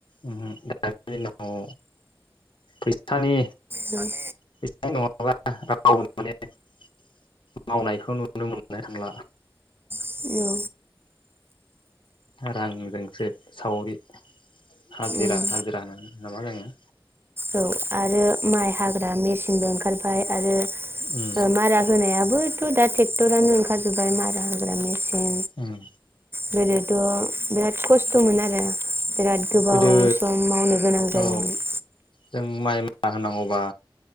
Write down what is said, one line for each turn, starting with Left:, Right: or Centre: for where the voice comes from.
Left: उहु दानि दिनाव फैसानि
Right: माने
Left: <unintelligible> मावनायखौ नुनो मोन नो थांला
Right: औ
Left: रांजोंसो सावरि हाजिरा
Right: उम
Left: हाजिरा होनो ना मा जोङो
Right: औ आरो माइ हाग्रा मेसिनबो ओंखारबाय आरो ओ
Left: उम
Right: मारा होनाया बोथ' दा टेक्टरानो ओंखारजोबबाय मारा होग्रा मेसिन
Left: उम
Right: गोदोथ' बिराद खस्थ'मोन आरो बिराद गोबाव
Left: गोदो
Right: सम मावनो गोनां जायोमोन।
Left: औ जों माइ मारा होनांगौ बा